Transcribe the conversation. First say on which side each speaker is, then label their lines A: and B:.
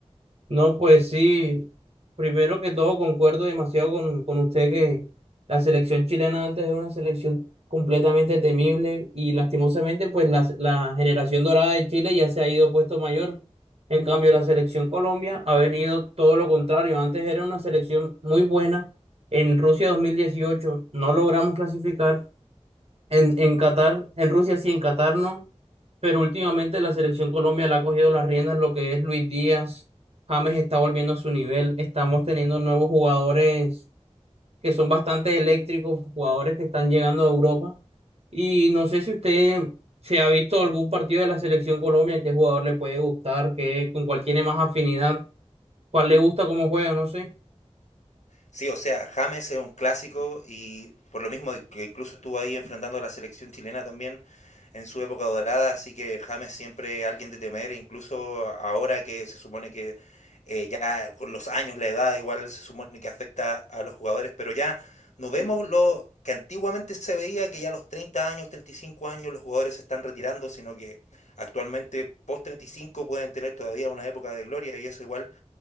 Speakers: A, on the right (about 60°); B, on the left (about 85°).
A: No, pues sí, primero que todo concuerdo demasiado con, con usted que la selección chilena antes era una selección completamente temible y lastimosamente pues la, la generación dorada de Chile ya se ha ido puesto mayor. En cambio la selección Colombia ha venido todo lo contrario. Antes era una selección muy buena. En Rusia 2018 no logramos clasificar. En, en Qatar, en Rusia sí, en Qatar no, pero últimamente la selección Colombia le ha cogido las riendas lo que es Luis Díaz, James está volviendo a su nivel, estamos teniendo nuevos jugadores que son bastante eléctricos, jugadores que están llegando a Europa y no sé si usted se ha visto algún partido de la selección Colombia, qué jugador le puede gustar, qué, con cuál tiene más afinidad, cuál le gusta cómo juega, no sé.
B: Sí, o sea, James es un clásico y por lo mismo que incluso estuvo ahí enfrentando a la selección chilena también en su época dorada, así que James siempre es alguien de temer, incluso ahora que se supone que eh, ya con los años, la edad igual se supone que afecta a los jugadores, pero ya no vemos lo que antiguamente se veía, que ya a los 30 años, 35 años los jugadores se están retirando, sino que actualmente post 35 pueden tener todavía una época de gloria y eso igual